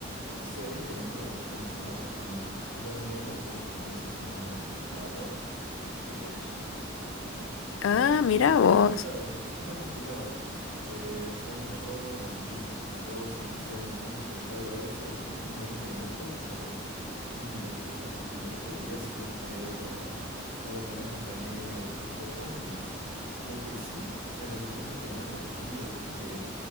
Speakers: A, on the right; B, on the left.
A: No sé, 20 minutos te toma hacer un arroz con leche. Y los ingredientes son, como dice su nombre, arroz y leche. No,
B: Ah, mira
A: no es tan
B: vos.
A: complicado, sí, no es tan complicado. Eh, haces el arroz, lo hervís, un montón de cosas, haces un mix de todo eso y en unos 20 minutos te sale un delicioso arroz con leche. Y ya si vos querés lo, lo acompañás con canela y otras cosas. Y lo que sí te recomiendo comerlo frío porque